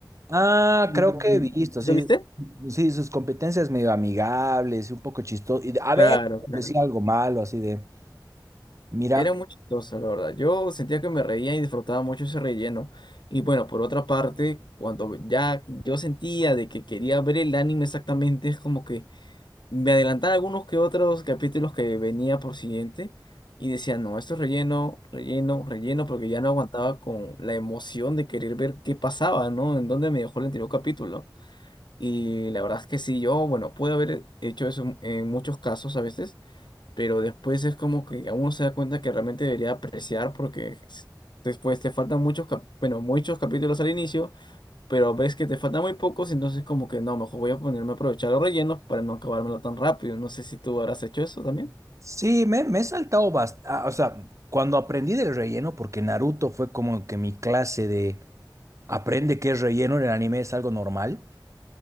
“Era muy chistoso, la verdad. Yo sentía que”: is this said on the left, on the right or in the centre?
Left